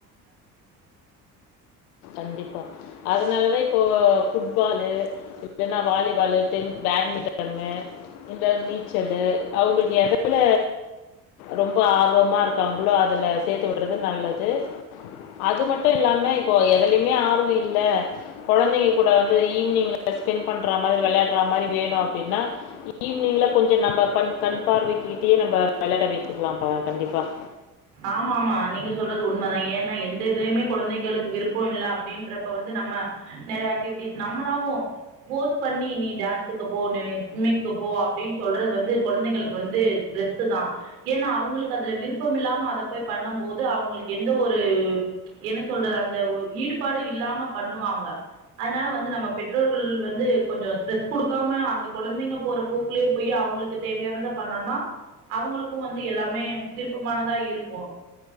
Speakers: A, on the left; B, on the right.
A: கண்டிப்பா அதனாலதா இப்போ ஃபுட் புட்பாலு இல்லைன்னா வாலிபாலு பேட்மிட்டனு இந்த நீச்சலு அவங்களுக்கு எதல ரொம்ப ஆர்வமா இருக்காங்களோ அதுல சேர்த்து விடுறது நல்லது அது மட்டும் இல்லாம இப்போ எதுலயுமே ஆர்வம் இல்ல கொழந்தைங்க கூட வந்து ஈவி்னிங்கில ஸ்பெண்ட் பண்ணுற மாரி விளையாடுற மாதிரி வேணும் அப்படின்னா ஈவினிங்கில கொஞ்சம் நம்ப பண் கண் பார்வைக்கிட்டயே நம்ம விளையாட வைக்கக்கலாம்ப்பா கண்டிப்பாக
B: ஆமா ஆமா நீங்க சொல்றது உண்மதா ஏன்னா எந்த இதுலயுமே கொழந்தைங்களுக்கு விருப்பம் இல்ல அப்படின்றப்ப வந்து நம்ம நெறைய ஆக்டிவிட்டிஸ் நம்மளாவும் போஸ் பண்ணி நீ டான்ஸுக்கு போ நீ சும்மிங்க்கு போ அப்படின்னு சொல்றது வந்து கொழந்தைங்களுக்கு வந்து ஸ்ட்ரெஸ்சு தா ஏன்னா அவங்களுக்கு அதுல விருப்பம் இல்லாம அதை போய் பண்ணும் போது அவங்களுக்கு எந்த ஒரு என்ன சொல்றது அந்த ஈடுபாடும் இல்லாம பண்ணுவாங்க அதனால வந்து நம்ம பெற்றோர்கள் வந்து கொஞ்சம் ஸ்ட்ரெஸ் கொடுக்காம அந்த குழந்தைங்க போற போக்குலேயே போய் அவங்களுக்கு தேவையானதை பண்ணோம்னா அவங்களுக்கும் வந்து எல்லாமே விருப்பமானதா இரு கோ